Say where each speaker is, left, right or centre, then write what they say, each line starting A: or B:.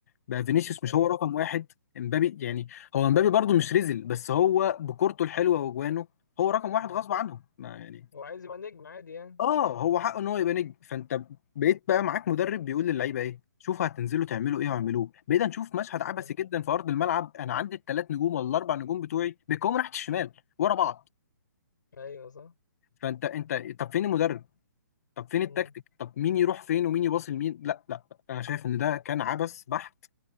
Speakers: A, on the left (about 50°); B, on the left (about 70°).
A: بقى فينيسيوس
B: ايوه
A: مش هو رقم واحد امبابي يعني هو امبابي برضو مش رزل بس هو بكورته الحلوه واجوانه هو رقم واحد
B: مم.
A: غصب عنه ما يعني
B: وعايز يبقى نجم عادي يعني
A: اه هو حقه ان هو يبقى نجم فانت بقيت بقى معاك مدرب بيقول للعيبه ايه شوفوا هتنزلوا تعملوا ايه واعملوه بقينا نشوف مشهد عبثي
B: مم.
A: جدا في ارض الملعب انا عندي الثلاث نجوم ولا الاربع نجوم بتوعي بيقوموا ناحيه الشمال ورا بعض
B: ايوه صح
A: فانت انت طب فين المدرب طب فين
B: مم.
A: التكتيك طب مين يروح فين ومين يباصي لمين لا لا انا شايف ان ده كان عبث بحت